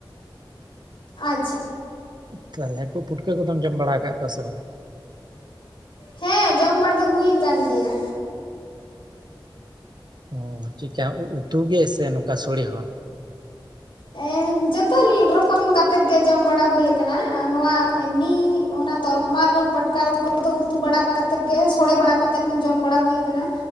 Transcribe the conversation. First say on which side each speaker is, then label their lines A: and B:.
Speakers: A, on the left; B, on the right.
A: ᱟᱪᱷᱟ᱾
B: ᱛᱟᱦᱞᱮ ᱯᱩᱴᱠᱟᱹ ᱠᱚᱫᱚᱢ ᱡᱚᱢ ᱵᱟᱲᱟ ᱠᱟᱜ ᱠᱚᱣᱟ ᱥᱮ ᱵᱟᱝ?
A: ᱦᱮᱸ ᱡᱚᱢ <unintelligible> ᱦᱩᱭ ᱠᱟᱱ ᱜᱮᱭᱟ᱾
B: ᱚ ᱪᱤᱠᱟ ᱩ ᱩᱛᱩ ᱜᱮ ᱥᱮ ᱱᱚᱠᱟ ᱥᱳᱲᱮ ᱦᱚᱸ?
A: <unintelligible> ᱡᱷᱚᱛᱚ ᱨᱚᱠᱚᱢ ᱠᱟᱛᱮᱫ ᱜᱮ ᱡᱚᱢ ᱵᱟᱲᱟ ᱦᱩᱭ ᱟᱠᱟᱱᱟ᱾ ᱱᱚᱣᱟ ᱮᱢᱱᱤ ᱚᱱᱟ ᱛᱚᱨ ᱢᱟᱞ ᱩᱫ, ᱯᱟᱴᱠᱟ ᱩᱫ ᱠᱚᱫᱚ ᱩᱛᱩ ᱵᱟᱲᱟ ᱠᱟᱛᱮᱫ ᱜᱮ ᱥᱚᱲᱮ ᱵᱟᱲᱟ ᱠᱟᱛᱮᱫ ᱦᱚᱸ ᱡᱚᱢ ᱵᱟᱲᱟ ᱦᱩᱭ ᱠᱟᱱᱟ᱾